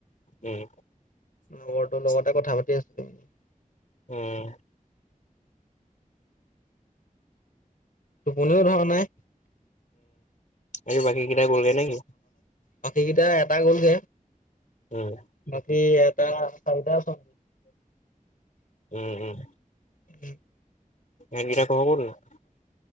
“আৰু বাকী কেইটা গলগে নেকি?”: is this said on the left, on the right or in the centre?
Left